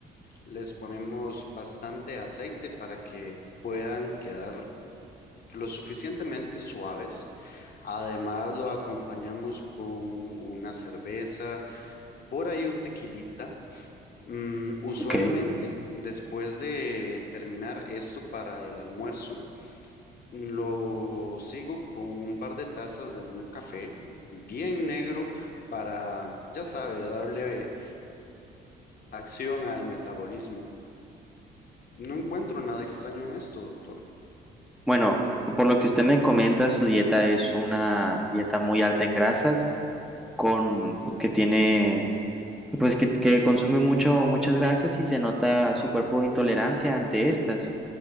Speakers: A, on the left (about 50°); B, in the centre.
A: les ponemos bastante aceite para que puedan quedar lo suficientemente suaves. Además, lo acompañamos con una cerveza, por ahí un tequilita. Mm, usualmente,
B: Ok.
A: después de terminar esto para el almuerzo, lo sigo con un par de tazas de un café bien negro para, ya sabe, darle acción al metabolismo. No encuentro nada extraño en esto, doctor.
B: Bueno, por lo que usted me comenta, su dieta es una dieta muy alta en grasas, con pues, que tiene, pues que, que consume mucho, muchas grasas y se nota su cuerpo intolerancia ante estas.